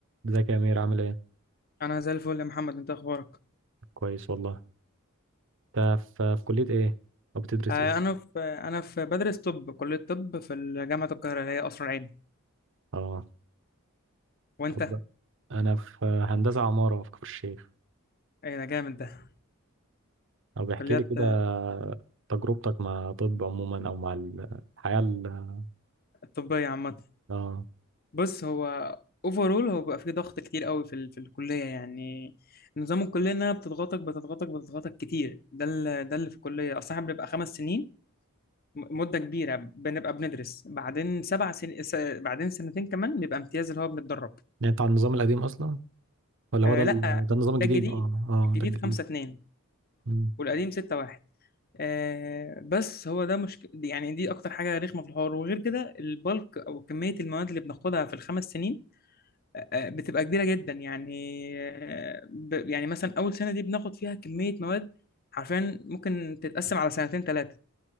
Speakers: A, on the right; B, on the left.
A: ازيك يا امير عامل ايه
B: انا زي الفل يا محمد انت اخبارك
A: كويس والله انت في في كلية ايه او بتدرس
B: آه،
A: ايه
B: انا في انا في بدرس طب كليه طب في جامعه القاهره هي قصر العيني
A: اه
B: وانت
A: طب انا في هندسة عمارة في كفر الشيخ
B: ايه ده جامد ده
A: او بيحكي
B: كليات
A: لي كده
B: آه،
A: تجربتك مع طب عموما او مع ال- الحياة ال-
B: طبيه عامه
A: اه
B: بص هو اوفرول هو بيبقى فيه ضغط كتير قوي في ال... في الكليه يعني نظام الكليه انها بتضغطك بتضغطك بتضغطك كتير ده ال... ده اللي في الكليه اصلا إحنا بنبقى خمس سنين م- مده كبيره بنبقى بندرس بعدين سبع سنين س... بعدين سنتين كمان بيبقى امتياز اللي هو بنتدرب
A: يعني انت على النظام القديم اصلا ولا
B: آه
A: هو ده ال-
B: لا
A: ده النظام الجديد
B: ده الجديد
A: اه اه
B: الجديد
A: ده الجديد
B: خمسة اتنين
A: مم.
B: والقديم 6 1 آه بس هو ده مشكلة يعني دي أكتر حاجة رخمة في الحوار وغير كده البلك أو كمية المواد اللي بناخدها في الخمس سنين آه آه، بتبقى كبيرة جدا يعني آه ب يعني مثلا أول سنة دي بناخد فيها كمية مواد حرفيا ممكن تتقسم على سنتين ثلاثة